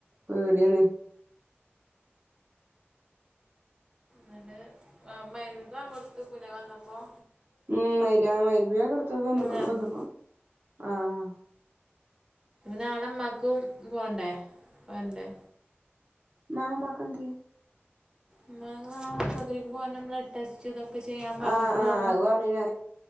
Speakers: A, on the right (about 55°); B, on the right (about 20°).
A: പേടിയാണ്.
B: ന്നട്ട് മയിരിബ്ൻ്റ ബാങ്ക് കൊടുത്തക്കുലെ വന്നപ്പോൾ
A: ഊം <unintelligible>
B: പറഞ്ഞു
A: ആഹ്
B: നാളെ ഉമ്മാക്കും പോണ്ടേ പോണ്ടേ.
A: നാളെ ഉമ്മാക്ക് എന്തേ
B: ഉമ്മാക്ക് നാളെ ആശുപത്രിയിൽ പോവാൻ ബ്ലഡ് ടെസ്റ്റ്. ഇതൊക്കെ ചെയ്യാൻ പറഞ്ഞിരിക്കണമെന്ന്
A: ആഹ് ആഹ്
B: പറഞ്ഞു
A: അത് പറഞ്ഞിനു